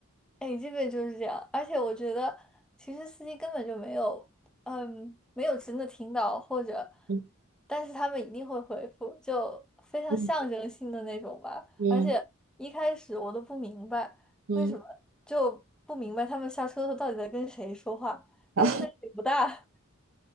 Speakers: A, in the centre; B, on the right.
A: 哎，这个就是这样。而且我觉得，其实司机根本就没有，嗯，没有真的听到，或者，
B: 嗯
A: 但是他们一定会回复，就非常象征性的那种吧。
B: 嗯嗯
A: 而且一开始我都不明白为什么，
B: 嗯，
A: 就不明白他们下车后到底在跟谁说话，因为声音也不大。
B: 好，